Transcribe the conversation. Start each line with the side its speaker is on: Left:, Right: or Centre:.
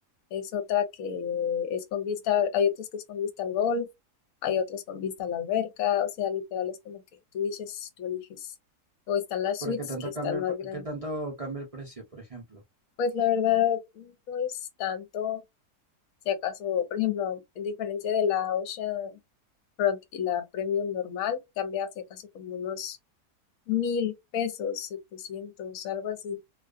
Left: Es otra que es con vista, hay otras que es con vista al golf, hay otras con vista a la alberca, o sea, literal es como que tú dices, tú eliges. O están las
Right: ¿Pero
Left: suites
Right: qué tanto
Left: que están
Right: cambia
Left: más
Right: el, pre-
Left: grandes.
Right: qué tanto cambia el precio, por ejemplo?
Left: Pues la verdad, no es tanto, si acaso, por ejemplo, en diferencia de la Ocean. Front y la Premium normal cambia hacia casi como unos mil pesos, 700 algo así.